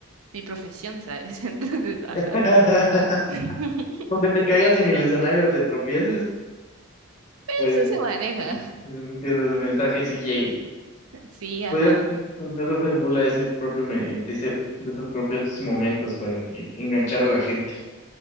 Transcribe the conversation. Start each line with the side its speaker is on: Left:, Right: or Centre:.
Right: mi profesión, ¿sabes? <laughs> Entonces, ajá.
Left: <laughs>
Right: <laughs>
Left: Con que te caigas en el escenario o te tropieces, pues
Right: Eso se maneja.
Left: mm, mm, que los mensajes sí lleguen,
Right: Sí, ajá.
Left: Podrías incluso hacer burla de ese propio me- de ese- de esos propios momentos para que enganchar a la gente.